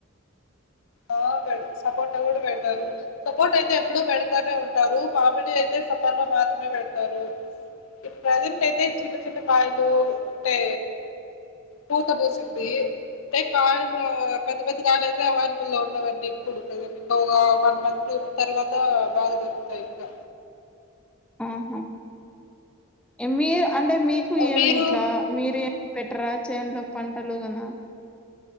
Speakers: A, on the left; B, in the centre.
A: ఆ పె సపోర్ట్ కూడా పెడతారు సపోర్ట్ అయితే ఎప్పుడ పెడతానే ఉంటారు మామిడీ అయితే సమాన్ లో మాత్రమే పెడతారు ప్రజెంట్ అయితే చిన్న చిన్న కాయలు అంటే పూత పోసింది అంటే కాలు పది పది కాలు అయితేవళ ల్లో ఉండవండి ఇప్పుడు కదంకా ఒక వన్ మంత్ టూ మంత్ తర్వాత బాగా దొరుకుతాయి ఇంకా
B: ఆహా ఏమి అంటే మీకు ఏమి
A: మీరు
B: ఇట్లా మీరు ఏం పెట్టరా చేన్లో పంటలు కద